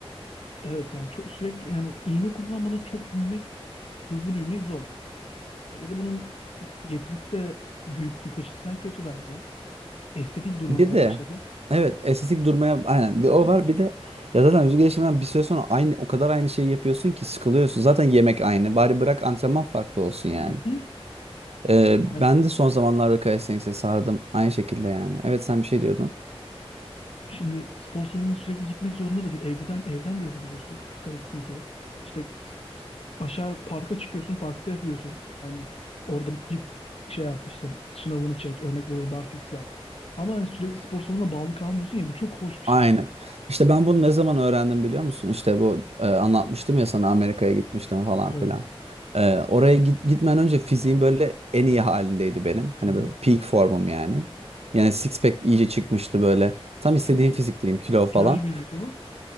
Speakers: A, on the left (about 70°); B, on the right (about 80°).
A: Evet yani çok sürekli yani iğne kullanmadan çok büyümek, hızlı büyümek zor. Bir de bunun getirisi de büyüklük açısından kötü bence. Estetik durmamaya
B: Bir de
A: başladı.
B: evet estetik durmaya aynen bir o var bir de ya zaten vücut gelişiminden bir süre sonra aynı o kadar aynı şeyi yapıyorsun ki sıkılıyorsun. Zaten yemek aynı. Bari bırak antrenman farklı olsun yani.
A: Hı?
B: Ee,
A: Yani
B: ben de son zamanlarda Kayseri'ye sardım. Aynı şekilde yani. Evet sen bir şey diyordun.
A: Şimdi spor salonuna sürekli gitmek zorunda da değil. Evden evden de yapabiliyorsun kalistenik'i. İşte ps- ps- aşağı parka çıkıyorsun, parkta yapıyorsun. Hani orada git şey yap işte şınavını çek, örnek veriyorum barfiks yap. Ama hani sürekli spor salonuna bağlı kalmıyorsun ya bu çok hoş bir şey.
B: Aynen. İşte ben bunu ne zaman öğrendim biliyor musun? İşte bu e, anlatmıştım ya sana Amerika'ya gitmiştim falan
A: Evet.
B: filan. E, oraya git, gitmeden önce fiziğim böyle en iyi halindeydi benim. Hani
A: Hı-hı.
B: böyle peak formum yani. Yani six pack iyice çıkmıştı böyle. Tam istediğim
A: Çok iyi.
B: fizikteyim kilo falan.
A: Plaj vücudu mu?